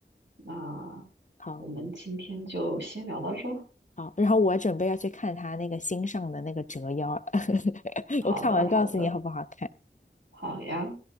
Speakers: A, on the right (about 85°); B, on the left (about 40°).
A: 那
B: 好，
A: 我们今天就先聊到这。
B: 好，然后我准备要去看他那个新上的那个《折腰》，<laughs>
A: 好的，
B: 我看完告诉你好不好看。
A: 好的，好呀，